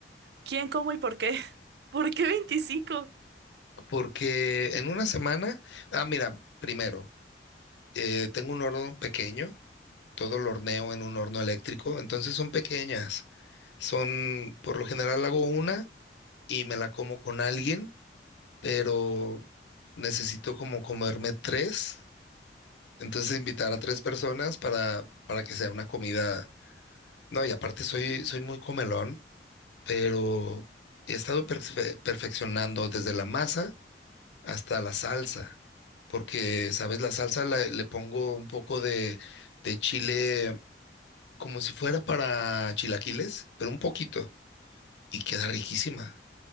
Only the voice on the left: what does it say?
Porque en una semana, ah, mira, primero, eh, tengo un horno pequeño, todo lo horneo en un horno eléctrico, entonces son pequeñas. Son, por lo general hago una. y me la como con alguien, pero necesito como comerme tres, entonces invitar a tres personas para, para que sea una comida. No, y aparte soy, soy muy comelón, pero he estado perfe- perfeccionando desde la masa hasta la salsa, porque, ¿sabes? La salsa la- le pongo un poco de, de chile como si fuera para chilaquiles, pero un poquito, y queda riquísima.